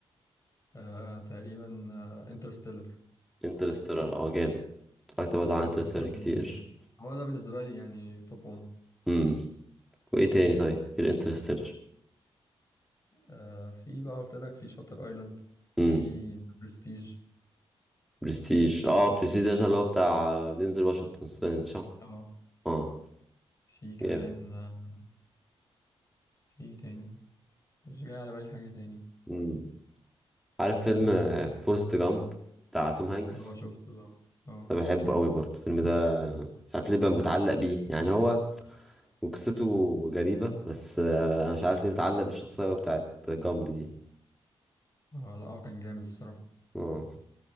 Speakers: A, on the left; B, in the centre.
A: آه تقريبا انترستيلر
B: انترستيلر أه جامد اتفرجت برضه
A: اه
B: على
A: Interstellar. آه،
B: انترستيلر
A: انا بحبه
B: كتير
A: أوي يعني هو ده بالنسبه لي يعني توب 1
B: امم. وايه تاني طيب غير انترستيلر
A: آه في بقى قلت لك في شاتر ايلاند
B: امم
A: في ذا برستيج
B: برستيج اه
A: في
B: برستيج ده اللي هو بتاع دينزل واشنطن سبنس صح
A: اه
B: اه
A: في كمان
B: جامد
A: آه في تاني مش جاي على بالي حاجه تاني
B: امم عارف فيلم فورست جامب بتاع توم هانكس
A: اه شفته ده اه
B: ده بحبه قوي برضه الفيلم ده مش عارف ليه بقى متعلق بيه يعني هو وقصته غريبة بس آه، انا مش عارف ليه متعلق بالشخصية بتاعت جامب دي
A: اه لا آه، كان جامد الصراحه
B: اه